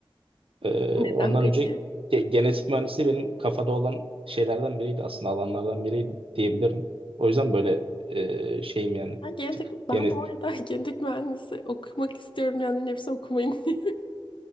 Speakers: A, on the right; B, on the left.
A: Ee,
B: Neden
A: ondan
B: peki?
A: önce ge- genetik mühendisliği benim kafada olan şeylerden biriydi aslında alanlardan biriydi diyebilirim. O yüzden böyle e, şeyim yani
B: Ben genetik,
A: bir tık genetik.
B: ben bu arada <laughs> genetik mühendisi okumak istiyorum. Yani hepsini okumayın diye.